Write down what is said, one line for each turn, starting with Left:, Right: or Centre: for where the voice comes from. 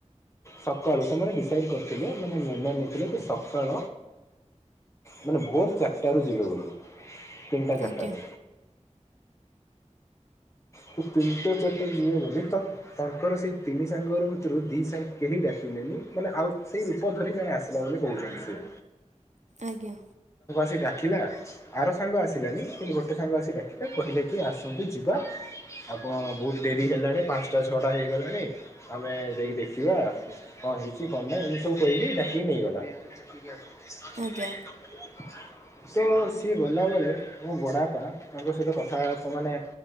Left: ସକାଳୁ ସେମାନେ ଡିସାଇଡ଼୍ କରିଥିଲେ ମାନେ ନିର୍ଣ୍ଣୟ ନେଇଥିଲେ କି ସକାଳ। ମାନେ ଭୋର ଚାରିଟାରୁ ଯିବେ ବୋଲି ତିନିଟା ଚାରିଟାରେ।
Right: ଆଜ୍ଞା
Left: ହୁଁ ହ ତ ତିନିଟା ଚାରି ଟା ରେ ଯିବେ ବୋଲି ତ ତାଙ୍କର ସେଇ ତିନି ସାଙ୍ଗ ର ଭିତରୁ ଦି ସାଙ୍ଗ। କେହି ଡାକିଲେନି ମାନେ ଆଉ ସେଇ ରୂପ ଧରି ଜଣେ ଆସିଲା ବୋଲି କହୁଛନ୍ତି ସିଏ।
Right: ଆଜ୍ଞା।
Left: ସେ ଡାକିଲା ଆର ସାଙ୍ଗ ଆସିଲାନି କିନ୍ତୁ ଗୋଟେ ସାଙ୍ଗ ଆସିିକ ଡାକିଲେ କହିଲେ କି ଆସନ୍ତୁ ଯିବା। ଆପଣ ବହୁତ ଡେରି ହେଲାଣି ପାଞ୍ଚଟା ଛଅଟା ହେଇଗଲାଣି ଆମେ ଯାଇକି ଦେଖ। ଖୀବା କଣ ହେଇଛି କଣ ନାଇ ଏମିତି ସବୁ କହିକି ଡାକିକି ନେଇଗଲା। <unintelligible>
Right: ଆଜ୍ଞା
Left: ତ ସିଏ ଗଲାବେଳେ ମୋ ବଡବାପା ତାଙ୍କ ସହିତ କଥା ମାନେ‌।